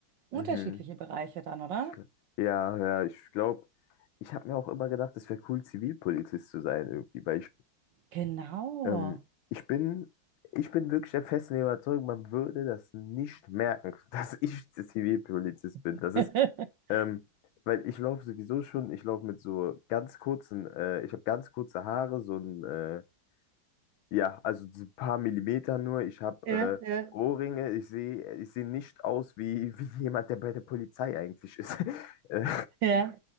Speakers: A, on the right; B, on the left.
A: unterschiedliche
B: Mhm.
A: Bereiche dann, oder?
B: Ich, gl- ja, ja, ich glaube, ich habe mir auch immer gedacht, es wäre cool, Zivilpolizist zu sein irgendwie, weil ich,
A: Genau.
B: ähm, ich bin, ich bin wirklich der festen Überzeugung, man würde das nicht merken, <laughs> dass ich Zivilpolizist bin.
A: <laughs>
B: Das ist, ähm, weil ich laufe sowieso schon, ich laufe mit so ganz kurzen, äh, ich habe ganz kurze Haare, so ein, äh, ja, also so ein paar Millimeter nur. Ich habe
A: Ja,
B: äh,
A: ja.
B: Ohrringe, ich sehe, ich sehe nicht aus wie, <laughs> wie jemand, der bei der Polizei eigentlich ist. <laughs> Äh,
A: Ja.